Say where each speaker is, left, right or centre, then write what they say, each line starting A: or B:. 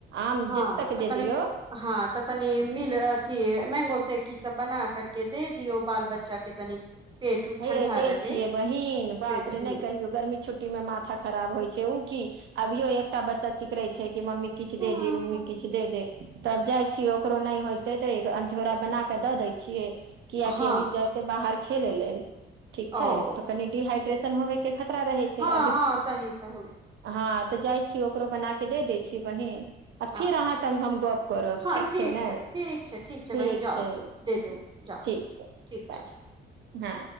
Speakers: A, on the right (about 65°); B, on the right (about 25°).
A: आम
B: हँ
A: जतेक
B: त
A: दे
B: तनी
A: दियौ
B: हँ तऽ तनी मीिलथी मैंगो से ईी सब बना करके दे दियौ बाल बच्चा के तनि पेट उट
A: हे
B: ठंडा
A: दै
B: रहे
A: छियै बहिीन बाप
B: दै छी
A: रे नहि कहियो गर्मी छुट्टी में माथा खराब होइ छै ओ की अभियो एकटा बच्चा चिक रहै छै कि मम्मी किु
B: हँ
A: दे दे मम्मी किछ दे दे तब जाइ छीियै ओकरो नहि होते तऽ अंझोरा बना क दऽ दै छियै किया
B: हँ
A: क अभी जायते बाहर खेलै लेल ठीक छै
B: ओ
A: तऽ कनिडिहाइड न होे के खतिर रहै छै
B: हँ
A: अभी
B: हँ सही कहू
A: हँ तऽ जाइ छी ओकरो बना के दे दै छीै बहिन आ फेर
B: अच्छा
A: अहाँ सङ्ग हम गप करब
B: हँ
A: ठीक छै ने
B: ठीक छै
A: ठीक
B: बहिन जाउ
A: छै
B: दे दू
A: ठीक
B: जाउ
A: छै
B: ठीक
A: ब
B: छै
A: हँ